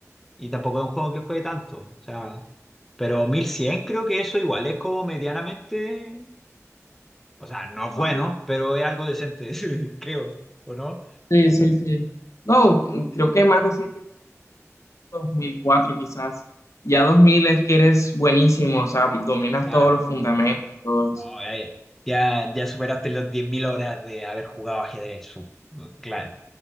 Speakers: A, in the centre; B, on the left.
A: y tampoco es un juego que juegue tanto. O sea, pero 1100 creo que eso igual es como medianamente O sea, no es
B: O
A: bueno,
B: sea,
A: pero es algo decente, <laughs> creo, ¿o no?
B: Sí, sí, sí. No, creo que más de 100. 2004 quizás. Ya 2000 es que eres buenísimo, o sea, dominas
A: Claro,
B: todos los fundamentos. todo eso.
A: no, eh, ya, ya superaste las 10.000 horas de haber jugado ajedrez, su- cla-